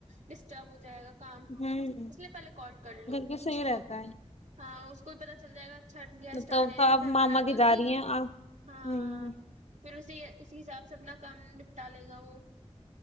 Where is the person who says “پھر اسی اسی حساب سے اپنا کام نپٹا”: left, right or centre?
Right